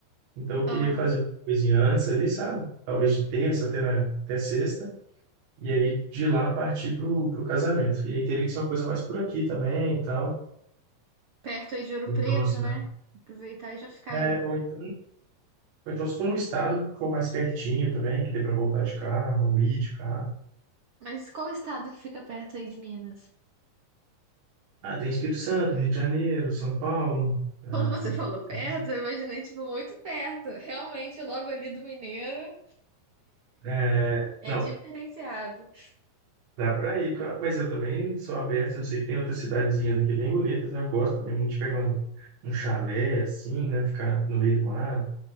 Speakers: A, on the right; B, on the right.
A: Então eu queria
B: Aham.
A: fazer uma coisinha antes ali, sabe? Talvez de terça até, na, até sexta. E aí de lá partir para o casamento. E aí teria que ser uma coisa mais por aqui também então
B: Perto aí de Ouro
A: Ou
B: Preto,
A: então na cidade.
B: né? Aproveitar e já ficar
A: É,
B: aí.
A: ou então, ou então se for num estado que for mais pertinho também, que dê para voltar de carro, ir de carro.
B: Mas qual estado que fica perto aí de Minas?
A: Ah, tem Espírito Santo, Rio de Janeiro, São Paulo. É,
B: Quando você falou perto,
A: essas-
B: eu imaginei, tipo, muito perto. Realmente, logo ali do Mineiro
A: é,
B: é
A: não,
B: diferenciado.
A: dá para ir para. Mas eu também sou aberto, eu sei que tem outras cidadezinhas aqui bem bonitas, né? Eu gosto também muito de pegar um, um chalé assim, né? Ficar no meio do mar.